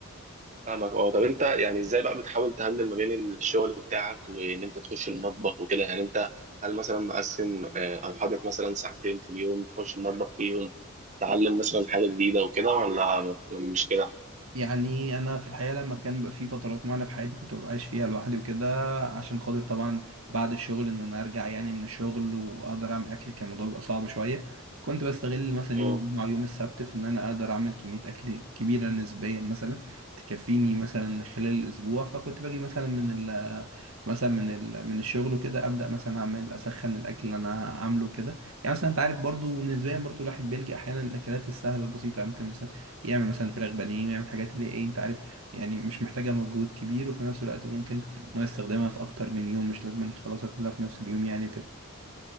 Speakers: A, on the right; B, on the right.
A: فاهمك اه طب انت يعني ازاي بقى بتحاول تهندل ما بين الشغل بتاعك وان انت تخش المطبخ وكده يعني انت هل مثلا مقسم آه، او حاطط مثلا ساعتين في اليوم تخش المطبخ فيهم تعلم مثلا حاجة جديدة وكده ولا مش كده؟
B: يعني انا في الحقيقه لما كان بيبقى في فترات معينه في حياتي كنت ببقاش فيها لوحدي وكده عشان خاطر طبعا بعد الشغل ان انا ارجع يعني من الشغل واقدر اعمل اكل كان الموضوع بيبقى صعب شويه فكنت بستغل مثلا
A: اه
B: يوم الجمعه ويوم السبت في ان انا اقدر اعمل كميه اكل كبيره نسبيا مثلا تكفيني مثلا خلال الاسبوع فكنت باجي مثلا من ال مثلا من ال من الشغل وكده ابدا مثلا اعمل اسخن الاكل اللي انا عامله كده يعني مثلا انت عارف برضو نسبيا برضو الواحد بيلجأ احيانا الاكلات السهله البسيطه يعني ممكن مثلا يعمل مثلا فراخ بانيه يعمل حاجات اللي ايه انت عارف يعني مش محتاجة مجهود كبير وفي نفس الوقت ممكن ان هو يستخدمها في اكتر من يوم مش لازم يخلصها كلها في نفس اليوم يعني وكده